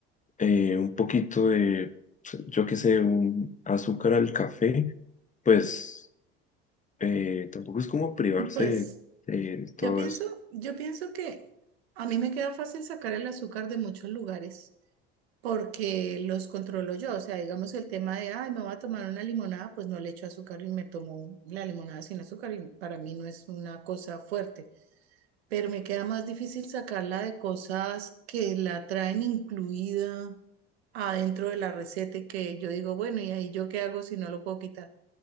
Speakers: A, on the left; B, on the right.
A: eh, un poquito de, pues, yo qué sé, un azúcar al café, pues eh, tampoco es como privarse
B: Pues
A: de, de de todo
B: Yo pienso,
A: eso.
B: yo pienso que a mí me queda fácil sacar el azúcar de muchos lugares porque los controlo yo. O sea, digamos el tema de, ay, me voy a tomar una limonada, pues no le echo azúcar y me tomo la limonada sin azúcar y para mí no es una cosa fuerte. Pero me queda más difícil sacarla de cosas que la traen incluida adentro de la receta y que yo digo, bueno, ¿y ahí yo qué hago si no lo puedo quitar?